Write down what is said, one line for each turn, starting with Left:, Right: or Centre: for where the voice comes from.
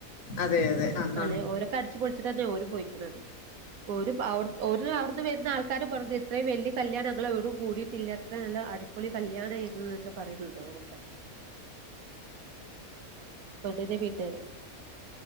Left: അതെ അതെ ആഹ്
Right: അലേ
Left: ആഹ്
Right: ഓലൊക്കെ അടിച്ചുപൊളിച്ച് തന്നെ ഓര് പോയിക്ക്ണത് ഓരും അവ്ട്ത് ഓര് അവിട്ന്ന് വര്ഞെ ആൾ ആക്കാരും പറഞ്ഞ് ഇത്രയും വല്ല്യ കല്യാണം അങ്ങള് എവിടും കൂടീട്ടില്ല അത്ത നല്ല അടിപൊളി കല്യാണം എന്നൊക്കെ പറയുന്നുണ്ടോ ഓലൊക്കെ പെണ്ണ്ന്റെ വീട്ടാര്